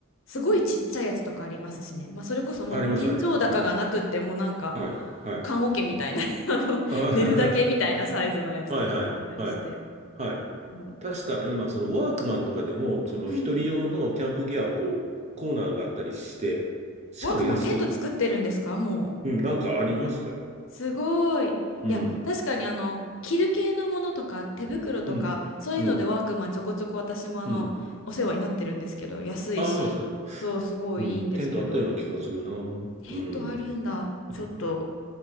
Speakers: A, on the left; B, on the right.
A: すごいちっちゃいやつとかありますしね。まあそれこそもう天井高がなくってもうなんか
B: あります、あります。うん。はい。はい。
A: 棺桶みたいな <laughs> あの、
B: あ
A: 寝るだけみたいなサイズのやつとかもあったりして。
B: あ、<laughs> はいはい。はい。はい。
A: も
B: 確か今、そのワークマンとかでも、その一人用のキャンプギアをこう、
A: う、うん。
B: コーナーがあったりして、しかも安く、
A: ワークマンテント作ってるんですかもう。
B: うん、なんかありましたよ。
A: すごい。
B: うん、
A: いや、確かにあの、着る系のものとか手袋とかそういうのでワークマンちょこちょこ私もあのお世話になってるんですけど安いしそうすごいいいんですけど
B: うん、うん、うん。ああ、そうなんですか。うん、テントあったような気がするな。う
A: テントあるんだちょっと
B: ん、うん。